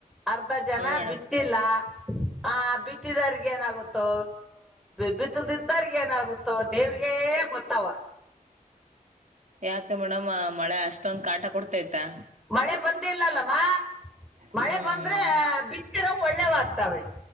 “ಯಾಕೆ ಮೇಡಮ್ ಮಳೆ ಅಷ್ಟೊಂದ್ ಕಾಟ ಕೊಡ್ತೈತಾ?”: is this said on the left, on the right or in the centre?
Right